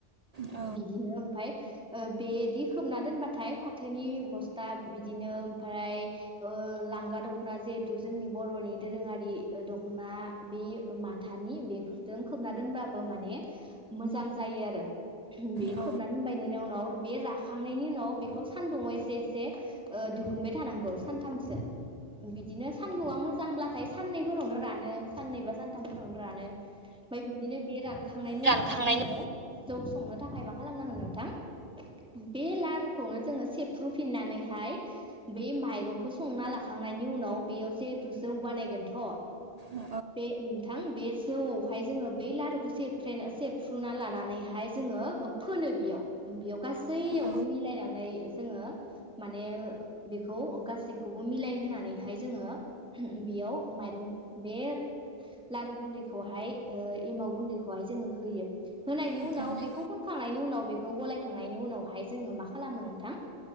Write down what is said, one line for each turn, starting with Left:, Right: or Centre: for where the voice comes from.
Centre: बिदिनो
Right: औ
Centre: ओमफाय बेदि खोबना दोनबाथाय फाथोनि बस्था बिदिनो ओमफ्राय ओ लांगा दखना जिहेथु जोंनि बरनि दोरोङारि दखना बे माथानि बेफोरजों खोबना दोनबा बो माने मोजां जायो आरो बे
Right: औ
Centre: खोबना दोनबायनोनि उनाव र बे राखांनायनि उनाव बेखौ सान्दुङाव एसे एसे ओ दिहुनबाय थानांगौ सानथामसो बिदिनो सान्दुङा मोजांब्लाथाय साननैफोरावनो रानो साननै बा सानथामफोरावनो रानो मफाय बिदिनो बे रानखांनायनि उनावहाय
Right: रानखांनायनि
Centre: जोङो जौ संनो थाखाय मा खालामनांगोन नोंथां बे लारुखौनो जोङो सेबफ्रुफिननानैहाय बे माइरंखौ संना लाखांनायनि उनाव बेयाव जिहेथु जौ बानायगोनथ
Right: औ
Centre: बे नोंथां बे जौआवहाय जोङो बे लारु सेबफ्रेना सेबफ्रुना लानानैहाय जोङो ओ फोनो बेयाव बेयाव गासै सैयावबो
Right: औ
Centre: मिलायनानै जोङो माने बेखौ गासैखौबो मिलाय होनानै हाय जोङो <unintelligible> बेयाव माइरं बे लारु गुनदैखौ हाय ओ एमाव गुनदै हाय जोङो होयो होनायनि
Right: औ
Centre: उनाव बेखौ फोनखांनायनि उनाव बे खौ गलायखांनायनि उनावहाय जोङो मा खालामो नोंथां